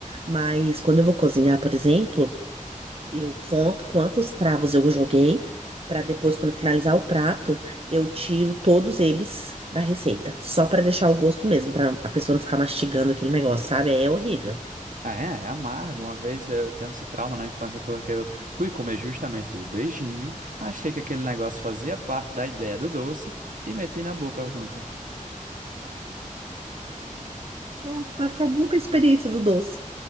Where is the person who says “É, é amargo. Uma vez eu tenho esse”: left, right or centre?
Right